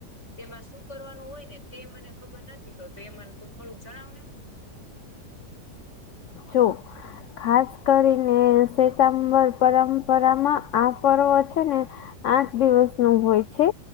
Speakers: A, on the left (about 40°); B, on the left (about 75°).
A: તેમાં શું કરવાનું હોય ને તે મને ખબર નથી તો એ મને તું થોડુંક જણાવનેમ
B: જોું ખાસ કરીને શેતાંબર પરંપરામાં આ પર્વ છે ને આઠ દિવસ નું હોય છે